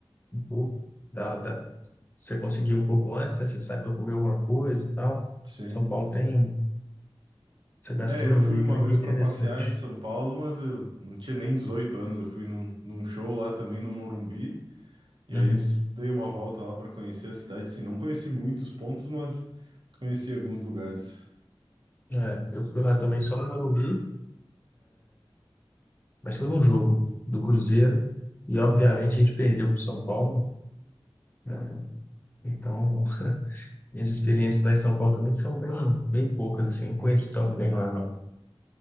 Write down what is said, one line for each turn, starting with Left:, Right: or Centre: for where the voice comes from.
Left: Um pouco da, da... Você conseguir um pouco antes, né? Você sai para comer alguma coisa e tal.
Right: Sim.
Left: São Paulo tem essa gastronomia
Right: É, eu fui uma
Left: também
Right: vez
Left: que é interessante.
Right: para passear em São Paulo, mas eu não tinha nem 18 anos. Eu fui num, num show lá também no Morumbi, e
Left: Uhum.
Right: aí s- dei uma volta lá para conhecer a cidade. Sim, não conheci muitos pontos, mas conheci alguns lugares.
Left: É, eu fui lá também só no Morumbi, mas foi um jogo do Cruzeiro e, obviamente, a gente perdeu para o São Paulo. né? Então, minhas experiências lá em São Paulo também são bem, bem poucas, assim, não conheço tão bem lá, não.